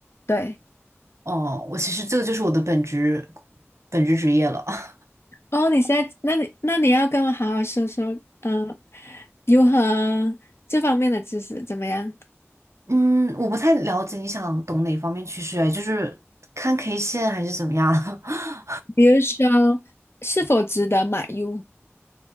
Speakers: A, on the left; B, on the right.
A: 对。
B: 哦，我其实这个就是我的本职本职职业了。<laughs>
A: 哦，你现在，那你那你要跟我好好说说，嗯、如何这方面的知识怎么样？
B: 嗯，我不太了解你想懂哪方面趋势，哎，就是看 K 线还是怎么样？<laughs>
A: 比如说，是否值得买入？